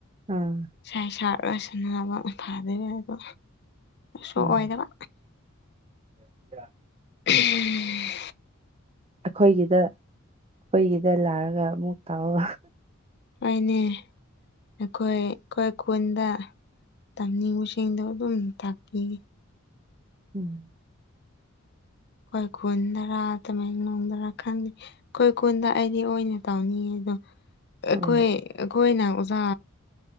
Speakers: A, on the right (about 30°); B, on the left (about 55°).
A: ꯑꯥ
B: ꯏꯁꯥꯏ ꯁꯥꯛꯔ ꯁꯥꯅꯕ ꯐꯥꯗꯣꯏꯅꯦ ꯑꯗꯣ ꯁꯣꯛꯑꯣꯏꯗꯕ
A: ꯑꯥ <unintelligible>
B: ꯎꯝ
A: ꯑꯈꯣꯏꯒꯤꯗ ꯑꯈꯣꯏꯒꯤꯗ ꯂꯥꯔꯒ ꯑꯃꯨꯛ ꯇꯧ
B: ꯍꯣꯏꯅꯦ ꯅꯈꯣꯏ ꯑꯩꯈꯣꯏ ꯈꯨꯟꯗ ꯇꯝꯅꯤꯡꯕꯁꯤꯡꯗꯣ ꯑꯗꯨꯝ ꯇꯥꯛꯄꯤꯕ
A: ꯎꯝ
B: ꯈꯣꯏ ꯈꯨꯟꯗꯔ ꯇꯥꯃꯦꯡꯂꯣꯡꯗꯔ ꯈꯪꯗꯦ ꯈꯣꯏ ꯀꯨꯟꯗ ꯑꯩꯗꯤ ꯑꯣꯏꯅ ꯇꯧꯅꯤꯉꯦ ꯑꯗꯣ ꯑꯩꯈꯣꯏ
A: ꯎꯝ
B: ꯑꯩꯈꯣꯏꯅ ꯑꯣꯖꯥ